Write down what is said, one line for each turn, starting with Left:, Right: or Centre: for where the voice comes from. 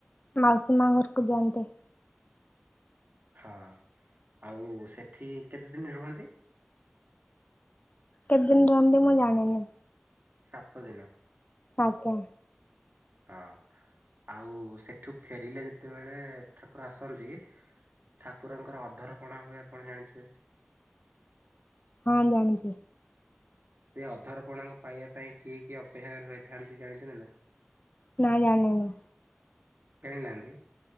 Left: ମାଉସୀ ମା ଘରକୁ ଯାଆନ୍ତେ।
Right: ହଁ ଆଉ ସେଠି କେତେଦିନ ରୁହନ୍ତି?
Left: କେତେ ଦିନ ରୁହନ୍ତି ମୁଁ ଜାଣିନି।
Right: ସାତ ଦିନ।
Left: ଆଜ୍ଞା।
Right: ହଁ ଆଉ ସେଠୁ ଫେରିଲେ ଯେତେବେଳେ ଠାକୁର ଆସନ୍ତି ଠାକୁରଙ୍କର ଅଧରପଣା ହୁଏ ଆପଣ ଜାଣିଥିବେ?
Left: ହଁ ଜାଣିଛି।
Right: ସେ ଅଧାରପଣାଙ୍କ ପାଇବା ପାଇଁ କିଏ କିଏ ଅପେକ୍ଷା କରି ରହିଥାନ୍ତି ଜାଣିଛନ୍ତି ନା?
Left: ନା ଜାଣେନି।
Right: <unintelligible> ନାହାନ୍ତି?